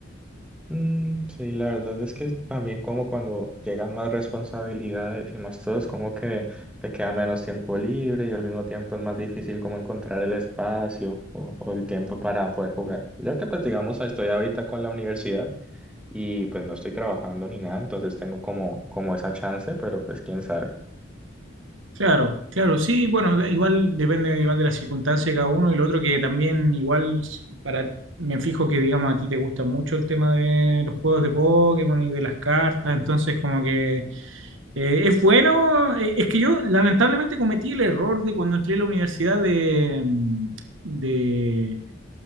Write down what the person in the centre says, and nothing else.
Mm, sí, la verdad es que también como cuando llegan más responsabilidades y más todo, es como que te queda menos tiempo libre y al mismo tiempo es más difícil como encontrar el espacio o, o el tiempo para poder jugar. Ya que pues digamos estoy ahorita con la universidad y pues no estoy trabajando ni nada, entonces tengo como, como esa chance, pero pues quién sabe.